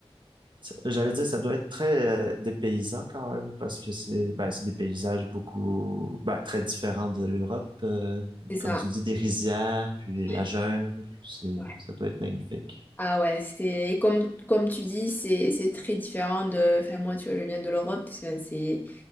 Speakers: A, on the right (about 50°); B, on the left (about 20°).
A: Ça- J'allais dire, ça doit être très euh, dépaysant quand même, parce que c'est ben, c'est des paysages beaucoup ben, très différents de l'Europe. euh,
B: ça.
A: comme tu dis, des rizières, puis
B: Ouais.
A: la jungle, c'est,
B: Ouais.
A: ça doit être magnifique.
B: Ah ouais, c'était et comme comme tu dis, c'est c'est très différent de. Enfin moi, tu vois, je viens de l'Europe. Enfin, c'est